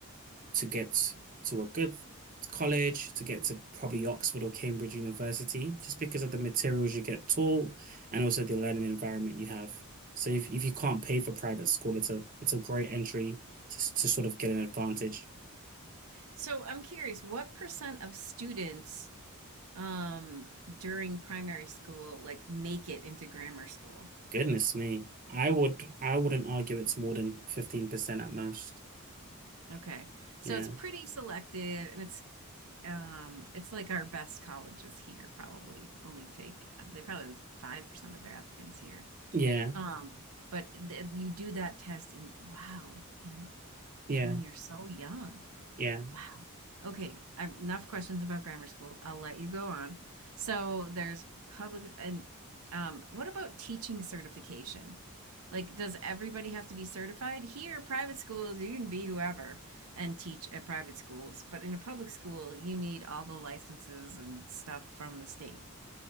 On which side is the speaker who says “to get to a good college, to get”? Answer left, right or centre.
Right